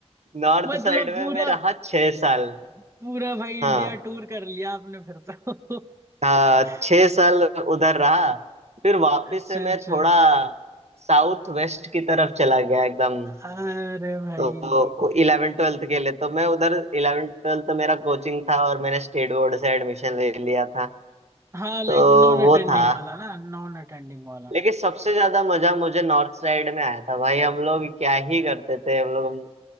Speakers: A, on the right; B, on the right.
A: नॉर्थ
B: मतलब
A: साइड में
B: पूरा
A: मैं रहा छह साल
B: पूरा भाई
A: हाँ
B: इंडिया टूर कर लिया आपने फिर तो
A: हाँ,
B: <laughs>
A: छह साल उधर रहा फिर वापस
B: अच्छा
A: से मैं
B: अच्छा
A: थोड़ा साउथ वेस्ट की तरफ चला गया एकदम
B: अरे भाई
A: तो इलेवन ट्वेल्थ के लिए तो मैं उधर इलेवन ट्वेल्थ तो मेरा कोचिंग था और मैंने स्टेट बोर्ड से एडमिशन ले लिया था
B: हाँ लाइक
A: तो
B: नॉन
A: वो
B: अटेंडिंग
A: था
B: वाला ना नॉन अटेंडिंग वाला
A: लेकिन सबसे ज्यादा मजा मुझे नॉर्थ साइड में आया था भाई हम लोग क्या ही करते थे हम लोग